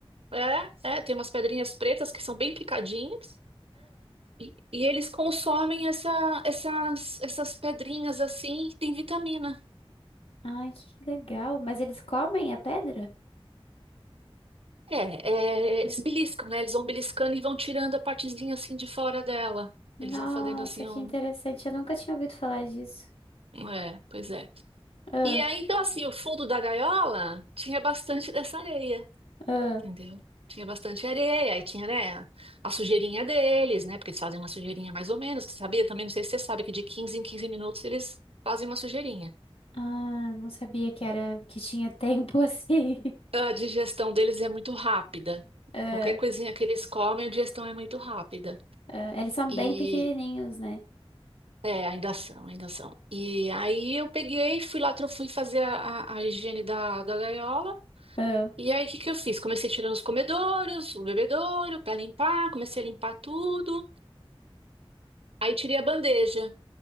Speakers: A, on the right; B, on the left.
A: É, é, tem umas pedrinhas pretas que são bem picadinhas. E, e eles consomem essa, essas, essas pedrinhas assim, que tem vitamina.
B: Ai, que legal. Mas eles comem a pedra?
A: É, é, eles beliscam, né? Eles vão beliscando e vão tirando a partezinha assim de fora dela.
B: Nossa,
A: Eles vão fazendo assim
B: que
A: um.
B: interessante. Eu nunca tinha ouvido falar disso.
A: um, É, pois é.
B: Ah,
A: E aí, então, assim, o fundo da gaiola tinha bastante dessa areia,
B: ah,
A: entendeu? Tinha bastante areia, aí tinha, né, a sujeirinha deles, né? Porque eles fazem uma sujeirinha mais ou menos, tu sabia? Também não sei se você sabe que de 15 em 15 minutos eles fazem uma sujeirinha.
B: ah, não sabia que era que tinha tempo <laughs> assim.
A: A digestão deles é muito rápida.
B: Ah,
A: Qualquer coisinha que eles comem, a digestão é muito rápida.
B: ah, eles são
A: E
B: bem pequenininhos, né?
A: é, ainda são, ainda são. E aí eu peguei, fui lá, tro- fui fazer a, a- a higiene da, da gaiola.
B: Ah,
A: E aí, o que que eu fiz? Comecei tirando os comedouros, o bebedouro, para limpar, comecei a limpar tudo. Aí tirei a bandeja,